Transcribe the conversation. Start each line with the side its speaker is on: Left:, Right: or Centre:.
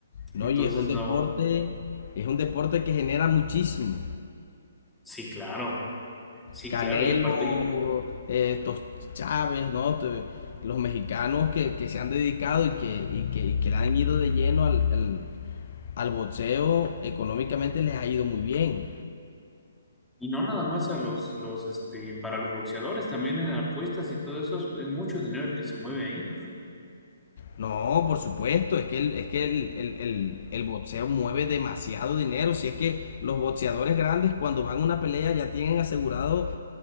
Left: No,
Centre: Entonces,
Left: y es un deporte,
Centre: no,
Left: es un deporte que genera muchísimo.
Centre: sí, claro, sí,
Left: Canelo,
Centre: claro, y aparte, y,
Left: eh, estos Chávez, ¿no? Te- Los mexicanos que, que se han dedicado y que, y que, y que le han ido de lleno al, al, al boxeo, económicamente les ha ido muy bien.
Centre: y no nada más a los, los, este, para los boxeadores, también en apuestas y todo eso, es, es mucho dinero el que se mueve ahí,
Left: No, por supuesto, es que el, es que el, el, el, el boxeo mueve demasiado dinero. Si es que los boxeadores grandes cuando van a una pelea ya tienen asegurado